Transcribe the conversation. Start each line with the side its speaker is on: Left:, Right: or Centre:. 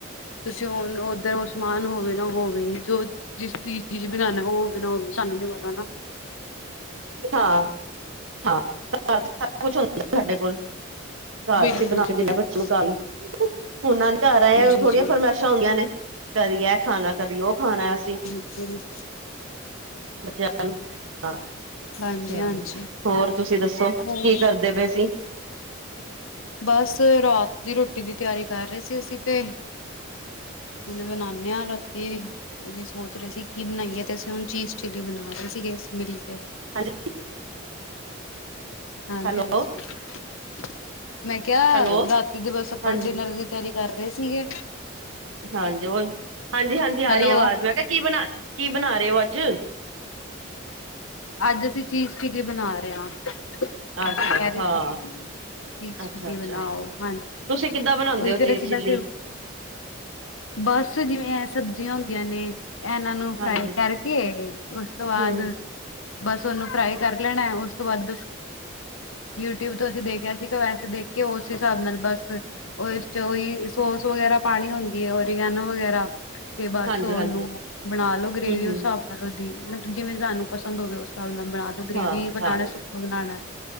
Left: ਤੁਸੀਂ ਹੁਨ ਉੱਧਰ ਓ ਸਮਾਨ ਹੋ ਹੋਵੇ ਨਾ ਹੋਵੇ ਜੋ ਜਿਸ ਚੀਜ਼ ਬਣਾਉਣਾ ਹੋਵੇ ਨਾ ਹੋਵੇ ਸਾਨੂੰ ਨੀ ਪਤਾ ਨਾ।
Right: ਹਾਂ। ਹਾਂ, ਘਰ ਸਾਰਾ ਕੁਛ ਹੁੰਦਾ ਸਾਡੇ ਕੋਲ। ਘਰ
Left: ਬਿਲਕੁਲ
Right: ਤੇ ਬਣਾ
Left: ਜੀ
Right: ਕੇ ਦਿੰਨਾ
Left: ਬਿਲਕੁਲ
Right: ਬੱਚੇ ਨੂੰ <unintelligible> ਲਈ ਉਹਨਾਂ ਨੇ ਘਰ ਆਏ
Left: ਜੀ
Right: ਥੋੜੀਆਂ
Left: ਜੀ
Right: ਫਰਮੈਸ਼। ਮੇਸ਼ਾ ਹੁੰਦੀਆਂ ਨੇ ਕਦੀ ਇਹ ਖਾਣਾ, ਕਦੀ ਉਹ ਖਾਣਾ ਅਸੀਂ।
Left: ਫਿਰ <unintelligible>
Right: ਬੱਚੇ <unintelligible> ਹੇਲੋ, ਹਾਂ
Left: ਹਾਂਜੀ
Right: ਚਲੋ
Left: ਹਾਂਜੀ
Right: ਹੋਰ ਤੁਸੀਂ ਦੱਸੋ ਕੀ
Left: ਹੋਰ
Right: ਕਰਦੇ ਪਏ ਸੀ?
Left: ਬਸ, ਰਾਤ ਦੀ ਰੋਟੀ ਦੀ ਤਿਆਰੀ ਕਰ ਰਹੇ ਸੀ ਅਸੀਂ ਤੇ। ਹੁਨ ਬਨਾਨੇ ਆ ਰਾਤੀ ਅਸੀਂ ਸੋਚ ਰਹੇ ਸੀ ਕੀ ਬਣਾਈਏ ਤੇ ਅਸੀਂ ਹੁਣ ਚੀਜ਼ ਚਿੱਲੀ ਬਣਾ ਰਹੇ ਸੀ ਗੇ ਮਿਲ ਕੇ।
Right: ਹਾਂਜੀ
Left: ਹਾਂਜੀ,
Right: ਹੈਲੋ
Left: ਹਾਂਜੀ ਮੈਂ ਕਿਹਾ
Right: ਹੈਲੋ
Left: ਰਾਤੀ ਦੇ ਬਸ ਆਪਾਂ
Right: ਹਾਂਜੀ
Left: ਡਿਨਰ ਦੀ ਤਿਆਰੀ ਕਰ ਰਹੇ ਸੀ ਗੇ।
Right: ਹਾਂਜੀ ਹੋਰ, ਹਾਂਜੀ, ਹਾਂਜੀ ਆ
Left: ਹੈਲੋ
Right: ਰਹੀ ਆਵਾਜ਼ ਮੈਂ ਕਿਹਾ ਕੀ ਬਣਾ ਕੀ ਬਣਾ ਰਹੇ ਹੋ ਅੱਜ?
Left: ਅੱਜ ਅਸੀਂ ਚੀਜ਼ ਚਿਲੀ ਬਣਾ ਰਹੇ ਹਾਂ ਬੱਚੇ
Right: ਅੱਛਾ
Left: ਕਹਿ ਰਹੇ
Right: ਹਾਂ
Left: ਸੀ ਗੇ। ਚੀਜ਼ ਚਿੱਲੀ
Right: ਅੱਛਾ ਅੱਛਾ
Left: ਬਣਾਓ ਹਾਂਜੀ
Right: ਤੁਸੀਂ ਕਿੱਦਾਂ ਬਣਾਉਂਦੇ
Left: ਉਹੀ
Right: ਹੋ
Left: ਫੇਰ
Right: ਚੀਜ਼
Left: ਅਸੀਂ
Right: ਚਿੱਲੀ
Left: ਵੈਸੇ ਬਸ, ਜਿਵੇਂ ਇਹ ਸਬਜ਼ੀਆਂ ਹੁੰਦੀਆਂ ਨੇ। ਇਹਨਾਂ ਨੂੰ ਫਰਾਈ
Right: ਹਾਂਜੀ
Left: ਕਰ ਕੇ ਉਸ ਤੋਂ ਬਾਦ
Right: ਹਮ
Left: ਬਸ ਉਹਨੂੰ ਫਰਾਈ ਕਰ ਲੈਣਾ ਉਸ ਤੋਂ ਬਾਅਦ ਬਿਸ ਯੂਟਿਊਬ ਤੋਂ ਅਸੀਂ ਦੇਖਿਆ ਸੀ ਗਾ ਵੈਸੇ ਦੇਖ ਕੇ ਉਸ ਹਿਸਾਬ ਨਾਲ ਬਸ। ਉਹ ਚ ਉਹੀ ਸੋਸ ਵਗੈਰਾ ਪਾਉਣੀ ਹੁੰਦੀ ਹੈ, ਓਰੀਗੈਨਾ ਵਗੈਰਾ। ਤੇ ਬਸ
Right: ਹਾਂਜੀ
Left: ਉਹਨੂੰ
Right: ਹਾਂਜੀ
Left: ਬਣਾ ਲਓ ਗ੍ਰੇਵੀ
Right: ਹਮ
Left: ਉਸ ਹਿਸਾਬ ਨਾਲ ਉਹਦੀ ਮਤਲਬ ਜਿਵੇਂ ਸਾਨੂੰ ਪਸੰਦ ਹੋਵੇ ਉਸ ਹਿਸਾਬ ਨਾਲ। ਬਣਾ ਲੋ ਗ੍ਰੇਵੀ
Right: ਹਮ ਹਾਂ
Left: ਬਣਾਉਣਾ,
Right: ਹਾਂ
Left: ਸੁੱਕਾ ਬਣਾਉਣਾ।